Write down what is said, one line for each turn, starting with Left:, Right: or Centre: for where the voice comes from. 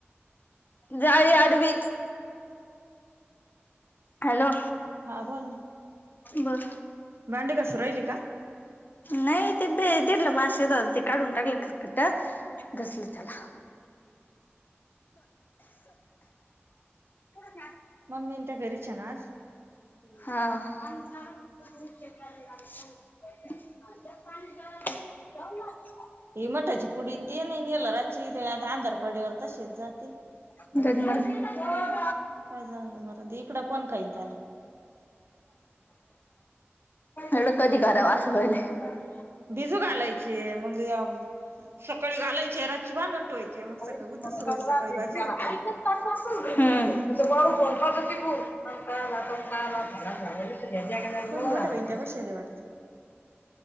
Left: जारी आडवी. हॅलो
Right: हा. बोल ना.
Left: बर
Right: भांडे घासू राहिली का?
Left: नाही ते, दिडलं बाषेत ते काढून टाकलं खरकट. घसल त्याला <inaudible>
Right: मम्मी न त्या घरीचे ना आज?
Left: हा. <unintelligible>
Right: ह मठाची पुडीन त नाही नल रची आता आंधार पड्यावर तसेच जाते.
Left: <unintelligible>
Right: काय जाण दे मर ते इकड कोण काहीन त्याला
Left: एढं कधी कराव असं भहिले
Right: भिजू घालायचे, मग सकाळी घालायचे रातची बांधून ठोवायचे मग सकाळी
Left: हम
Right: उद्या रोज सकाळी भाजी होती
Left: <unintelligible>
Right: कोणी मोठ्या बहीण त्या बसायला वाटतं